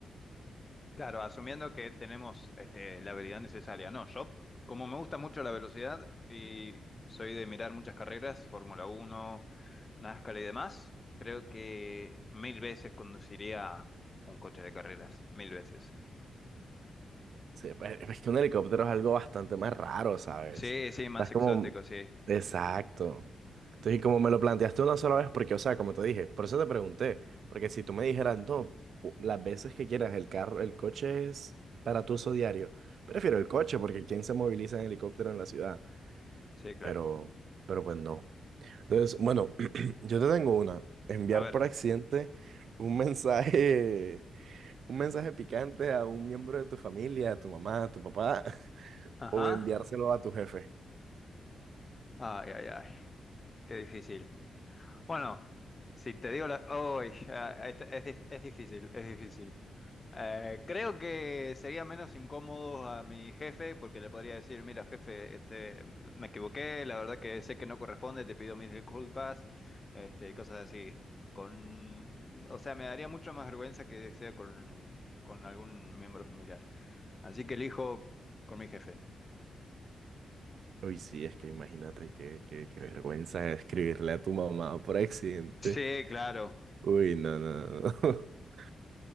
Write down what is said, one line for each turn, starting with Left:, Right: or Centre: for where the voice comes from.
Left: Claro, asumiendo que tenemos este, la habilidad necesaria. No, yo, como me gusta mucho la velocidad y soy de mirar muchas carreras, Fórmula Uno, NASCAR y demás, creo que mil veces conduciría un coche de carreras, mil veces.
Right: Sí, pues, es que un helicóptero es algo bastante más raro, ¿sabes?
Left: Sí, sí, más
Right: O sea, Es
Left: exótico,
Right: como...
Left: sí.
Right: Exacto. Entonces, y como me lo planteaste una sola vez, porque, o sea, como te dije, por eso te pregunté, porque si tú me dijeras, no, u- las veces que quieras, el carro, el coche es para tu uso diario, prefiero el coche, porque ¿quién se moviliza en helicóptero en la ciudad?
Left: Sí, claro.
Right: Pero, pero pues no. Entonces, bueno, <clears throat> yo te tengo una, enviar
Left: A ver.
Right: por accidente un mensaje, <laughs> un mensaje picante a un miembro de tu familia, a tu mamá, a tu papá
Left: Ajá.
Right: o enviárselo a tu jefe.
Left: Ay, ay, ay. Qué difícil. Bueno, si te digo la... Uy, ah, este- es, di- es difícil, es difícil. Eh, creo que sería menos incómodo a mi jefe porque le podría decir, mira, jefe, este, me equivoqué, la verdad que sé que no corresponde, te pido mis disculpas, este, cosas así. Con, o sea, me daría mucho más vergüenza que sea con, con algún miembro familiar. Así que elijo con mi jefe.
Right: Uy, sí, es que imagínate qué, qué, qué vergüenza escribirle a tu mamá por accidente.
Left: Sí, claro.
Right: Uy, no, no, no. <laughs>